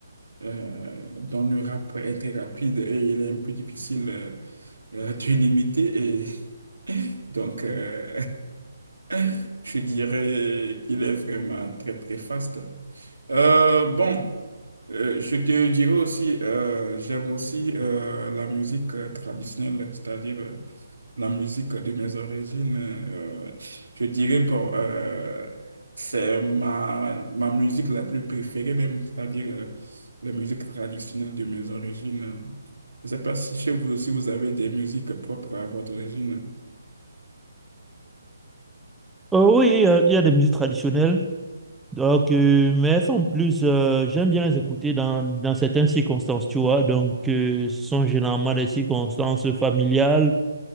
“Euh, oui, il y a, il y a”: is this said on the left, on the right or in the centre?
Centre